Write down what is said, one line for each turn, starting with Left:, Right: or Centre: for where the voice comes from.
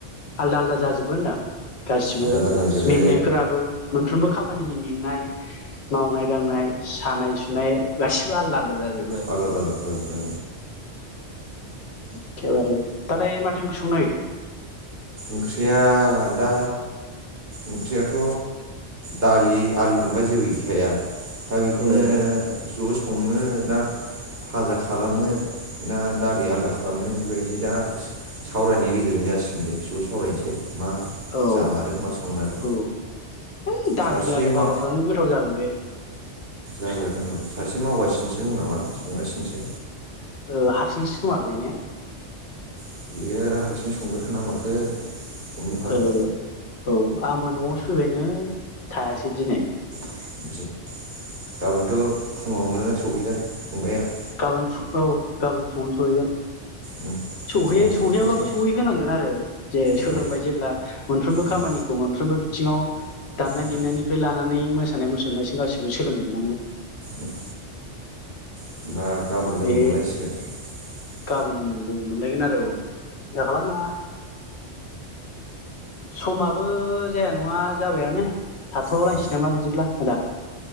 Left: आलदा आलदा जाजोबो होनदां गासिबो
Right: आलदा आलदा जाजोबो
Left: मेंनायफोराबो मोनफ्रोमबो खामानिनि मेंनाय मावनाय दांनाय सानाय सुनाय नाय गासिबो आलदा आलदा जाजोबो <inaudible>
Right: आलदा आलदा जाजोबो
Left: एखेबारे दालाय माथो ओंख्रि संनो नागिरदों?
Right: ओंख्रिया दा ओंख्रियाथ' दालि आलु नङा जेबो गैखाया दा बेखौनो
Left: ए
Right: ज' संनो ना फाजा खालामनो ना दालि आलदा खालामनो बेबायदि दा सावरायनायनि गेजेरजों जासिगोन बे ज' सावरायनोसै मा
Left: औ औ
Right: जामारो मा संमारो
Left: ओइ दालि
Right: सासे
Left: आलु
Right: मा
Left: फाजाफ्रानो गोथाव जागोन बे
Right: जागोन नांगौ सासे मावगासिनोसो दं नामा संगासिनोसो
Left: ओ हारसिंसो खोमा बे ने?
Right: <inaudible> हमनो हाला
Left: ओ औ आंबो न'आवसो फैबाय नै थायासै दिनै
Right: <inaudible>
Left: गाबोन औ गाबोन फुङाव सहैगोन
Right: उम
Left: सहै
Right: फुङावनो
Left: सहैयाबाबो
Right: सफैनोसै
Left: सहै होनांगोन आरो जे सोलोंबाय
Right: औ
Left: जेब्ला मोनफ्रोमबो खामानिखौ
Right: उम
Left: मोनफ्रोमबो बिदि बिथिङाव दामनाय
Right: उम
Left: देनायनिफ्राय लानानै मोसानाय मुसुर नायसिम गासिबो सोलोंजोबनांगोन
Right: उम <inaudible>
Left: बे गाबोन लोगो मोनलायगोन आरो औ सिन्था खालामनाङा समाबो जाया नङा जाबायानो थाथ'
Right: उम
Left: लायसै नामा बिदिब्ला आदा